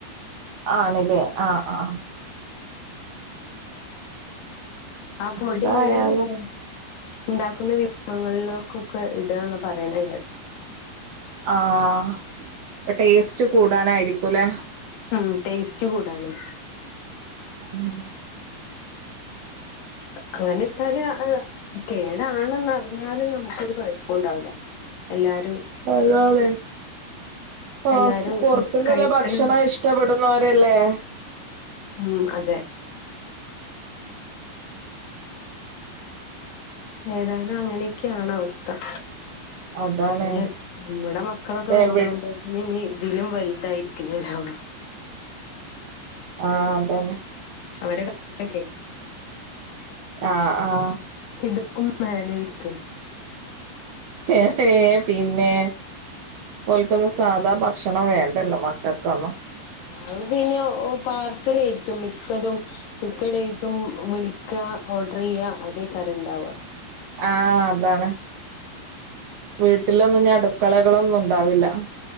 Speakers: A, on the right (about 80°); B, on the left (about 70°).
A: ആണ്ല്ലേ ആഹ് ആഹ്
B: ആ പൊടിങ്ങനെ
A: എന്തായാലും
B: ഇടും ഇണ്ടാക്കുന്ന വിഭവങ്ങളിലൊക്കൊക്കെ ഇടന്ന് പറയ്ണെ കേട്ടെ
A: ആഹ് ടേസ്റ്റ് കൂടാനായിരിക്കുംല്ലേ
B: ഉം ടേസ്റ്റ് കൂടാന്
A: ഉം
B: അങ്ങനെ ഇട്ടാല് കേടാണെന്ന്റിഞ്ഞാലും നമുക്കൊരു കാെഴപ്പും ഇണ്ടാവൂല്ല എല്ലാരും
A: അതണെ ആഹ്
B: എല്ലാരും
A: പൊറത്ത്ന്ന്ലെ
B: കഴിക്കല
A: ഭക്ഷണം ഇഷ് ടപ്പെടുന്നോരല്ലേ
B: ഉം അതെ ഏതായാലും അങ്ങനെയൊക്കെയാണ് അവസ്ഥ
A: അതാണ്
B: പിന്നെ ഇവടെ മക്കളൊക്കെ വല്താവുമ്പോത്ത്ന്
A: എവി
B: ഇ ഇതിലും വലുതായിരിക്കും <unintelligible>
A: ആഹ് അതന്നെ
B: അവരെ കക്കെ
A: ആഹ് ആഹ്
B: ഇത്ക്കും മേലെ ഇരിക്കും
A: ഏഹ് പിന്നെ പോൽക്കുന്നു സാധാ ഭക്ഷണം വേണ്ടല്ലോ മക്കക്കൊന്നും
B: അഹ് പിന്നെഓ പാർസലേരിക്കും മിക്കതും മിക്ക ഡേയ്സും വിളിക്ക ഓർഡർ ചെയ്യ അതേ കാരണ്ടാവുക
A: ആഹ് അതാണ് വീട്ടിലൊന്നു ന്നി അടുക്കളകളൊന്നുണ്ടാവില്ല